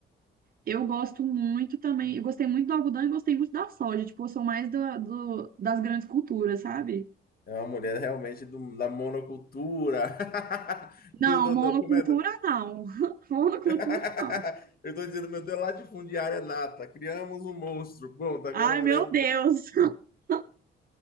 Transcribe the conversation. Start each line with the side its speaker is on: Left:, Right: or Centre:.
Right: Eu gosto muito também, eu gostei muito do algodão e gostei muito da soja. Tipo, eu sou mais da- do, das grandes culturas, sabe?
Left: É uma mulher realmente do- da monocultura, <laughs> do,
Right: Não,
Left: do,
Right: monocultura
Left: do, como é?
Right: não. <laughs> Monocultura
Left: <laughs>
Right: não.
Left: Eu tô dizendo, meu Deus, latifundiária nata, criamos um monstro. Bom, agora
Right: Ai,
Left: a mulher.
Right: meu Deus. <laughs>